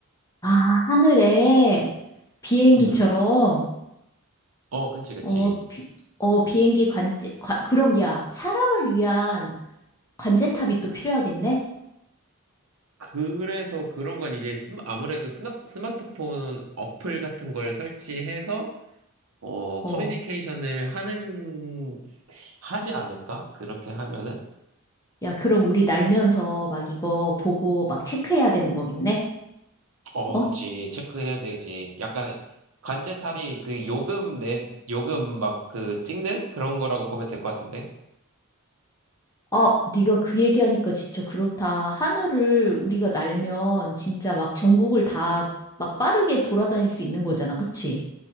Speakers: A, on the left (about 15°); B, on the right (about 70°).
A: 아, 하늘에 비행기처럼
B: 음. 어, 그치, 그치.
A: 어, 비, 어 비행기 관제 관, 그럼 야 사람을 위한 관제탑이 또 필요하겠네.
B: 그래서 그런 건 이제 스마- 아무래도 스마, 스마트폰 어플 같은 걸 설치해서 어,
A: 어.
B: 커뮤니케이션을 하는, 하지 않을까? 그렇게 하면은?
A: 야, 그럼 우리 날면서 막 이거 보고 막 체크해야 되는 거겠네.
B: 어,
A: 어?
B: 그치. 체크해야 되지. 약간 관제탑이 그 요금 내, 요금 막 그 찍는 그런 거라고 보면 될 것 같은데?
A: 아, 네가 그 얘기하니까 진짜 그렇다. 하늘을 우리가 날면 진짜 막 전국을 다 막 빠르게 돌아다닐 수 있는 거잖아. 그치?